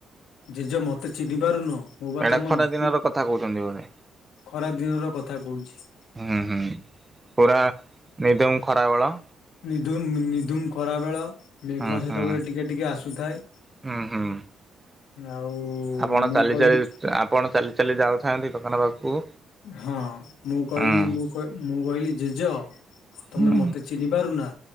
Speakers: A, on the left (about 85°); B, on the right (about 20°).
A: ଜେଜ ମୋତେ ଚିହ୍ନି ପାରୁନ। ମୁଁ ବା
B: ପେଡ
A: ତମ
B: ଖରା
A: ନାତି
B: ଦିନର କଥା କହୁଛନ୍ତି ବାନେ
A: ଖରା ଦିନର କଥା କହୁଚି।
B: ହୁ ହୁଁ ପୁରା ନିଧୁମ ଖରାବେଳ।
A: ନି ନିଦୁମ ଖରା ବେଳ ମେଘ
B: ହୁଁ
A: ସେତେବେଳେ
B: ହୁଁ
A: ଟିକେ ଟିକେ ଆସୁଥାଏ।
B: ହୁଁ ହୁଁ
A: ଆଉ
B: ଆପଣ
A: ମୁଁ
B: ଚାଲି
A: କହିଲି
B: ଚାଲି ଆପଣ ଚାଲି ଚାଲି ଯାଉଥାନ୍ତି ଦୋକାନ ପାଖକୁ।
A: ହଁ ମୁଁ କହିଲି
B: ହୁଁ
A: ମୁଁ ମୁଁ କହିଲି ଜେଜ ତମେ
B: ହୁଁ
A: ମତେ ଚିହ୍ନି ପାରୁନା